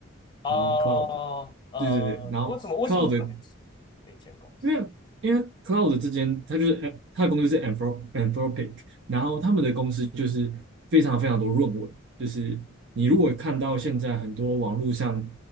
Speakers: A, on the left (about 20°); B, on the right (about 60°).
A: 哦呃，
B: 然后 Cloud，对对对，然后
A: 为什么为什么特别是那间公司？
B: Cloud。因为因为 Cloud 之间，它就是 a 它的公司是 Anthro- Anthropic，然后他们的公司就是非常非常多论文，就是你如果看到现在很多网络上